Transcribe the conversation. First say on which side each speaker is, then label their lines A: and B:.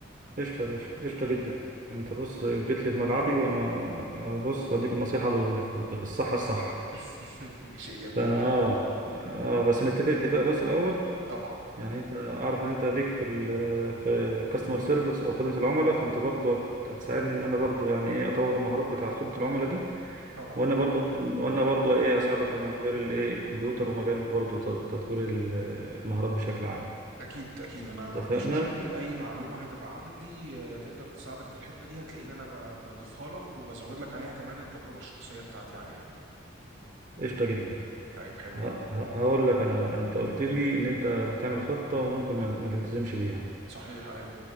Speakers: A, on the right (about 40°); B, on the right (about 85°).
A: قشطة يا باشا قشطة جدا انت بص جيت لي في ملعبي وانا بص هديك النصيحة ال- الصح الصح
B: <laughs> شيء جميل
A: فانا اه اه بس نتفق اتفاق بس الاول
B: طبعا
A: يعني انت اعرف ان انت ليك في ال في كاستمر سيرفيس او خدمة العملاء فانت برضو هت- هتساعدني ان انا برضو يعني ايه اطور المهارات بتاع خدمة العملاء دي
B: طبعا
A: وانا برضو وانا برضو ايه اساعدك في مجال الايه الكمبيوتر ومجال برضو ت- تطوير ال- المهارات بشكل عام
B: اكيد اكيد انا ما
A: اتفقنا
B: عنديش مشاكل اي معلومه هتبقى عندي آه، تقدر تساعدك في الحته دي هتلاقيني انا ب- بضيفها لك وبزود لك عليها كمان التجربه الشخصيه بتاعتي عليها
A: قشطة جدا
B: طيب حلو
A: ه-
B: قوي
A: ه- هقول لك انا بقى انت قلت لي ان انت بتعمل خطة وممكن ما ما تلتزمش بيها
B: صحيح ايوه